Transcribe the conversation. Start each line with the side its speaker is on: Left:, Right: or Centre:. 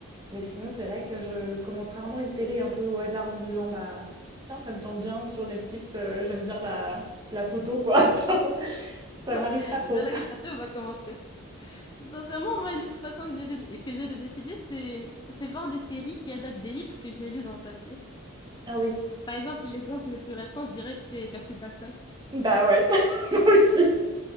Right: Mais sinon, c'est vrai que je commence rarement une série un peu au hasard en me disant, bah, tiens, ça me tente bien sur Netflix, euh, j'aime bien la, la photo, quoi. <laughs> Genre, ça
Left: Ouais,
Right: m'arrive pas trop.
Left: j'aime bien la couverture, on va commencer. Sincèrement, moi, une autre façon que j'ai de, que j'ai de décider, c'est, c'est voir des séries qui adaptent des livres que j'ai lus dans le passé.
Right: Ah oui.
Left: Par exemple, l'exemple le plus récent, je dirais que c'est Percy Jackson.
Right: Bah ouais, <laughs> moi aussi.